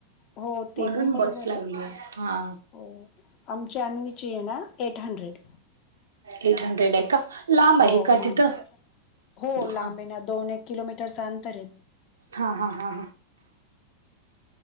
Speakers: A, on the left (about 40°); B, on the right (about 70°).
A: हो
B: म्हणून
A: ते पण बरोबर
B: बस लावली
A: आहे
B: हा
A: हो आमची आणवीची आहे ना एट हंड्रेड
B: एट हंड्रेड आहे का लांब आहे
A: हो
B: का
A: मान
B: तिथं
A: हो लांबी
B: हा
A: ना दोन एक किलोमीटरच अंतर आहे
B: हा हा हां हा